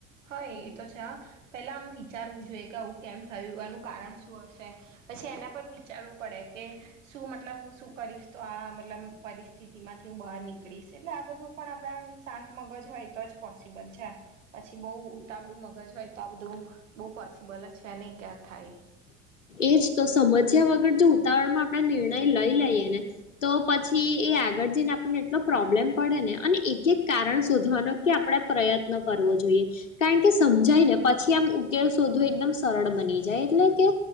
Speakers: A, on the right; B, on the left.
A: હા એ તો છે હા પેલા આમ વિચારવું જોઈએ કે આવું કેમ થયું એનું કારણ શું હશે. પછી એના પર વિચારવું પડે કે શું મતલબ હું શું તો આ મતલબ પરિસ્થિતિમાંથી હું બહાર નીકળીશ આ બધું પણ આપણા શાંત મગજ હોય તો જ પોસિબલ બલ અચ્છા. પછી બહુ ઉતાવળું મગજ હોય તો આ બધું બહુ પોસિબલ જ છે નહી ક્યાં થાય એ
B: એજ તો સમસ્યા વગર જો ઉતાવળમાં આપણે નિર્ણય લઈ લઈએ ને તો પછી એ આગળ જઈને આપણને એટલો પ્રોબ્લેમ પડેને અને એક એક કારણ શોધવાનો કે આપણેે પ્રયત્ન કરવો જોઈએ. કારણ કે સમજાય ને પછી આમ ઉકેલ શોધોવો એકદમ સરળ બની જાય એટલે કે